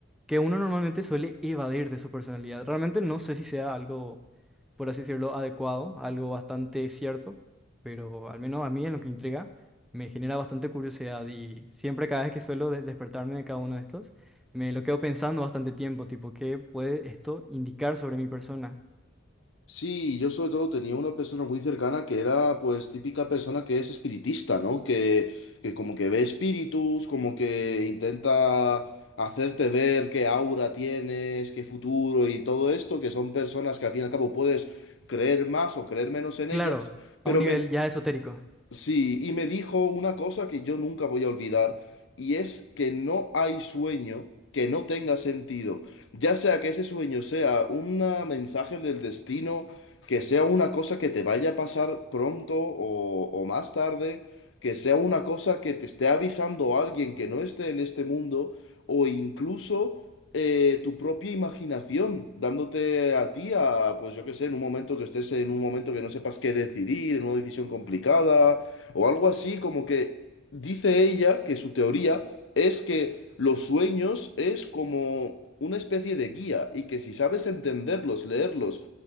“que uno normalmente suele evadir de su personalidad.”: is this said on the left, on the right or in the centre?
Centre